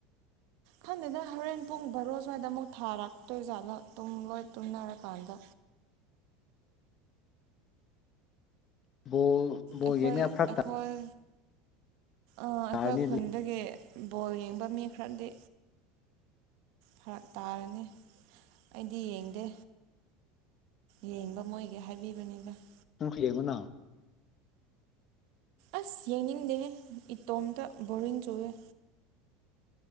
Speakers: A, on the right (about 65°); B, on the left (about 40°).
A: ꯈꯪꯗꯦꯗ ꯍꯣꯔꯦꯟ ꯄꯨꯡ ꯕꯥꯔꯣ ꯁ꯭ꯋꯥꯏꯗ ꯑꯃꯨꯛ ꯊꯥꯔꯛꯇꯣꯏ ꯖꯥꯠꯂ ꯇꯨꯝꯂꯣꯏ ꯇꯨꯝꯅꯔꯀꯥꯟꯗ꯫
B: ꯕꯣꯜ ꯕꯣꯜ
A: ꯑꯩꯈꯣꯏ
B: ꯌꯦꯡꯅꯤꯡꯉꯥꯏ ꯐꯔꯛ
A: ꯑꯩꯈꯣꯏ ꯑ ꯑꯩꯈꯣꯏ
B: ꯇꯥꯔꯅꯤ
A: ꯈꯨꯟ
B: ꯑꯗꯨ
A: ꯗꯒꯤ ꯕꯣꯜ ꯌꯦꯡꯕ ꯃꯤ ꯈꯔꯗꯤ ꯐꯔꯛ ꯇꯥꯔꯅꯤ ꯑꯩꯗꯤ ꯌꯦꯡꯗꯦ꯫ ꯌꯦꯡꯕ ꯃꯣꯏꯒꯤ ꯍꯥꯏꯕꯤꯕꯅꯤꯗ ꯫
B: ꯅꯪꯁꯨ ꯌꯦꯡꯉꯨꯅ
A: ꯑꯁ ꯌꯦꯡꯅꯤꯡꯗꯦꯍꯦ ꯏꯇꯣꯝꯇ ꯕꯣꯔꯤꯡ ꯆꯨꯏꯑꯦ꯫